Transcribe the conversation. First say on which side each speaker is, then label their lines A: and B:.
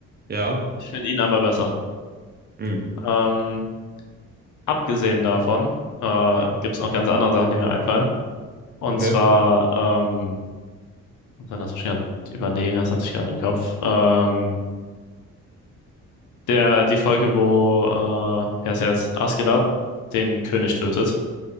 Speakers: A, on the right (about 30°); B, on the left (about 80°).
A: Ja.
B: Ich finde ihn aber besser.
A: Hm.
B: Ähm, abgesehen davon äh,
A: Ja.
B: gibt es noch ganz andere Sachen, die mir einfallen. Und
A: Okay.
B: zwar, ähm, und dann lass mich gerade überlegen, das hatte ich gerade im Kopf. Ähm, Der, die Folge, wo, äh, wer ist er jetzt? Askeladd den König tötet.